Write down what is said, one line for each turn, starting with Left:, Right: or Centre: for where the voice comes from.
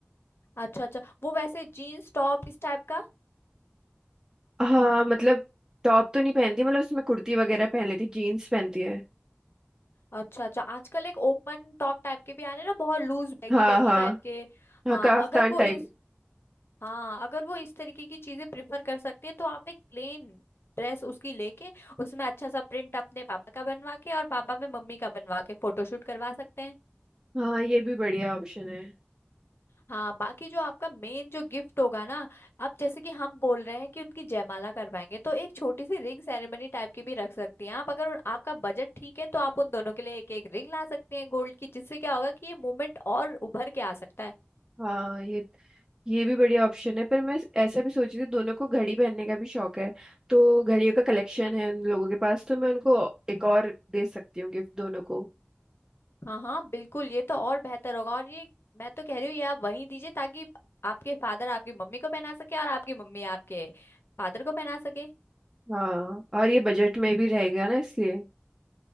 Left: अच्छा अच्छा वो वैसे जीन्स टॉप इस टाइप का
Right: हाँ मतलब टॉप तो नहीं पहनती मतलब उसमें कुर्ती वगैरह पहन लेती जीन्स पहनती है
Left: अच्छा अच्छा आजकल एक ओपन टॉप टाइप के भी आने ना बहुत लूज बैगी
Right: हाँ
Left: बैगी
Right: हाँ
Left: टाइप के
Right: हाँ
Left: हाँ
Right: काफ्तान
Left: अगर वो
Right: टाइप
Left: इस हाँ अगर वो इस तरीके की चीजें प्रिफर कर सकती है तो आप एक प्लेन ड्रेस उसकी लेके उसमें अच्छा सा प्रिंट अपने पापा का बनवा के और पापा में मम्मी का बनवा के फोटोशूट करवा सकते हैं
Right: हाँ ये भी बढ़िया ऑप्शन है
Left: हाँ बाकी जो आपका मेन जो गिफ्ट होगा ना अब जैसे कि हम बोल रहे हैं कि उनकी जयमाला करवाएंगे तो एक छोटी सी रिंग सेरेमनी टाइप की भी रख सकती हैं आप अगर आपका बजट ठीक है तो आप उन दोनों के लिए एक एक रिंग ला सकती हैं गोल्ड की जिससे क्या होगा कि ये मूवमेंट और उभर के आ सकता है
Right: हाँ ये ये भी बढ़िया ऑप्शन है पर मैं ऐसा भी सोच रही थी दोनों को घड़ी पहनने का भी शौक है तो घड़ियों का कलेक्शन है उन लोगों के पास तो मैं उनको एक और दे सकती हूँ गिफ्ट दोनों को
Left: हाँ हाँ बिल्कुल ये तो और बेहतर होगा और ये मैं तो कह रही हूँ ये आप वहीं दीजिए ताकि आपके फादर आपकी मम्मी को पहना सके और आपकी मम्मी आपके फादर को पहना सके
Right: हाँ और ये बजट में भी रहेगा ना इसलिए